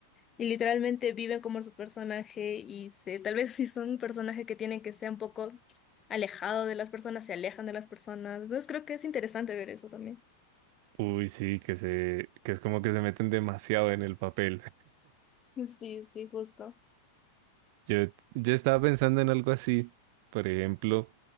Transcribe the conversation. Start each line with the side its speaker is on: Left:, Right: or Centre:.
Left: Y literalmente viven como su personaje y se, tal vez <laughs> si son un personaje que tienen que ser un poco alejado de las personas, se alejan de las personas. Entonces creo que es interesante ver eso también.
Right: Uy, sí, que se, que es como que se meten demasiado en el papel.
Left: Sí, sí, justo.
Right: Yo, yo estaba pensando en algo así. Por ejemplo,